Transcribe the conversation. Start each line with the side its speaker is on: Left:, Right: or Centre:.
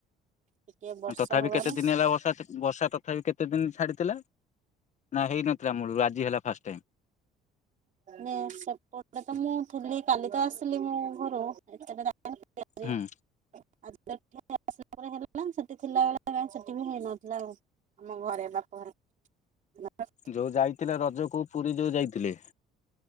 Right: ଟିକେ ବର୍ଷା
Left: ତଥାପି
Right: ହବାରୁ
Left: କେତେ ଦିନ ହେଲା ବର୍ଷା ତ୍ ବର୍ଷା ତଥାପି କେତେ ଦିନ ଛାଡ଼ିଥିଲା? ନା ହେଇନଥିଲା ମୁଳରୁ ଆଜି ହେଲା ଫାଷ୍ଟ ଟାଇମ।
Right: ମୁଁ ସେପଟେ ତ ମୁଁ ଥିଲି କାଲି ତ ଆସିଲି ମୁଁ ଘରୁ। ଏତେବଡ଼ <inaudible>
Left: ହୁଁ
Right: <inaudible> ଆସିଲା ପରେ <inaudible> ସେଠି ଥିଲା ବେଳେ କାଇଁ ସେଠି ବି ହେଇନଥିଲା ଆଉ। ଆମ ଘରେ ବାପଘରେ। <inaudible>
Left: ଯୋଉ ଯାଇଥିଲେ ରଜକୁ ପୁରୀ ଯୋଉ ଯାଇଥିଲେ